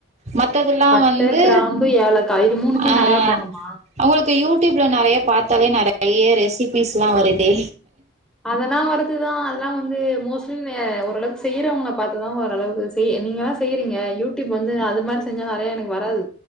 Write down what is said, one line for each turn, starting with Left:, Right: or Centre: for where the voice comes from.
Right: மத்ததெல்லா
Centre: பட்டை,
Right: வந்து
Centre: கிராம்பு, ஏலக்காய் இது
Right: அஹ
Centre: நெறையா பண்ணுமா?
Right: உங்களுக்கு யூ டியூப் யூப்ல நெறைய பாத்தாலே நெறைய ரெசிபிஸ்ல்லா வருது
Centre: அதெல்லாம் வருதுதா அதெல்லாம் வந்து மோஸ்ட்லி ஏ ஒரு லட்ச செய்யறவங்கள பாத்து தா ஓரளவு செய் நீங்கெல்லா செய்றீங்க யூடியூப் வந்து அது மாரி செஞ்சா நெறைய எனக்கு வராது.